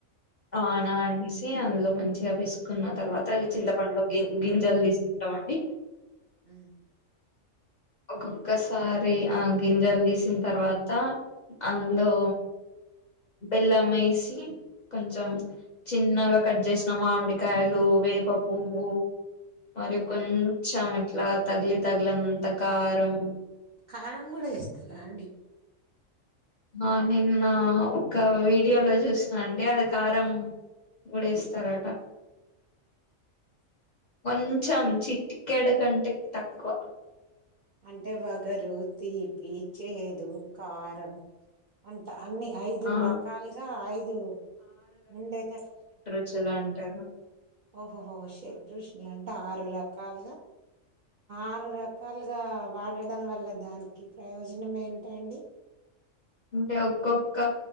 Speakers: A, on the left (about 50°); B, on the right (about 60°).
A: ఆ నానేసి అందులో మంచిగా పిసుక్కున్న తర్వాత చింతపంలో గి గింజలు తీసుకుంటమండి.
B: హు
A: ఒక్కొక్కసారి ఆ గింజల్ తీసిన తర్వాత అందొ బెల్లం మేషి కొంచెం చిన్నగా కట్ చేస్నమా మామిడికాయలు వేప పువ్వు మరి కొన్ చ్చాం ఎట్లా తగిలి తగిలింత కారం
B: కారం కూడా ఎస్తరాండి.
A: ఆ నిన్న ఒక వీడియోలో చూస్నా అండి. అది కారం కూడెస్తారట కొంచమ్
B: కారం
A: చిట్ట్ కెడు కంటెక్ట్ తక్కువ
B: అంటే వగరు తీపి చేదు కారం అంట అన్ని ఐదు
A: ఆ
B: రకాలుగా ఐదు, ఉండేత
A: చ్చలు అంటారు.
B: ఓహోహోహో షెడ్రూష్ లంటే ఆరు రకాల్ గా, ఆరు రకాలుగా వాడడం వల్ల దానికి ప్రయోజనం ఏంటండి.
A: అంటే ఒక్కొక్క